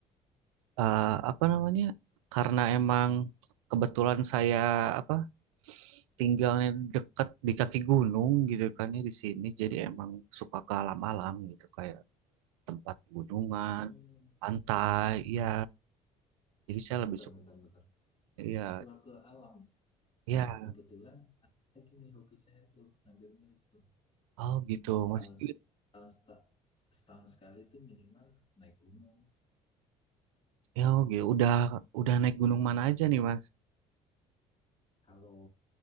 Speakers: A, on the right (about 85°); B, on the left (about 30°).
A: eh, apa namanya karena emang kebetulan saya apa tinggalnya dekat di kaki gunung gitu kan ya di sini jadi emang suka ke alam-alam gitu kayak tempat gunungan
B: oh
A: pantai ya jadi saya
B: bentar
A: lebih suka
B: bentar bentar
A: ya
B: suka ke alam
A: ya
B: nah kebetulan ada lagi nih hobi saya tuh hampir mirip tuh
A: oh gitu
B: setahun
A: masih
B: setahun seta- setahun sekali itu minimal naik gunung
A: Ya, oh, gitu. Udah udah naik gunung mana aja nih, Mas?
B: kalau